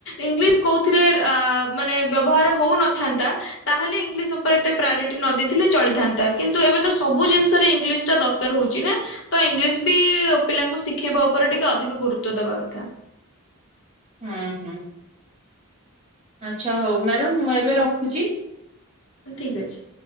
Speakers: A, on the left; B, on the right.
A: ଇଂଲିଶ କୋଉଥିରେ ଆ ମାନେ ବ୍ୟବହାର ହଉନଥାନ୍ତା। ତାହେଲେ ଇଂଲିଶ ଉପରେ ଏତେ ପ୍ରାୟୋରିଟି ନ ଦେଇଥିଲେ ଚଳିଥାନ୍ତା। କିନ୍ତୁ ଏବେ ତ ସବୁ ଜିନିଷରେ ଇଂଲିଶଟା ଦର ଦରକାର ହଉଛି ନା, ତ ଇଂଲିଶ ବି ପିଲାଙ୍କୁ ଶିଖେଇବା ଉପରେ ଟିକେ ଅଧିକ ଗୁରୁତ୍ଵ ଦବା କଥା।
B: ହୁଁ ହୁଁ। ଆଚ୍ଛା, ହଉ ମ୍ୟାଡ଼ାମ ମୁଁ ଏବେ ରଖୁଛି।
A: ଠିକ୍ ଅଛି।